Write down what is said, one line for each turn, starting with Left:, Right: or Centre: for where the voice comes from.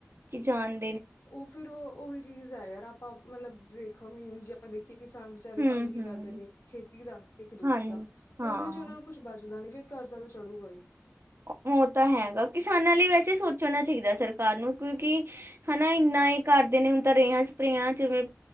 Right: ਕਿ ਜਾਣ।
Left: ਉਹ ਫੇਰ, ਉਹੀ ਚੀਜ਼ ਹੈ, ਯਾਰ ਆਪਾਂ ਮਤਲਬ ਦੇਖੋ, ਮੇਨ ਜੀ ਆਪਾਂ ਦੇਖ। ਕਿ ਕਿਸਾਨ ਵਿਚਾਰੇ
Right: ਹੂੰ
Left: ਕੰਮ ਕੀ
Right: ਹੂੰ
Left: ਕਰਦੇ ਨੇ, ਖੇਤੀ ਦਾ, ਤੇ ਇੱਕ ਦੁੱਧ
Right: ਹਾਂਜੀ
Left: ਦਾ ਉਹਦੇ'ਚ
Right: ਹਾਂ
Left: ਉਹਨਾਂ ਨੂੰ ਕੁੱਛ ਦਾ ਨ, ਫੇਰ ਕਰਜ਼ਾ ਤਾਂ ਚੜੂਗਾਈ
Right: ਮੌ, ਤਾਂ ਹੈਗਾ ਕਿਸਾਨਾਂ ਲਈ ਵੈਸੇ ਸੋਚਣਾ ਸਿੱਖਦਾ ਸਰਕਾਰ ਨੂੰ, ਕਿਉਂਕਿ ਹਨਾ ਇੰਨਾ ਇਹ ਕਰਦੇ ਨੇ, ਹੁਣ ਤਾਂ ਰੇਹਾਂ, ਸਪਰੇਹ ਜਿਵੇਂ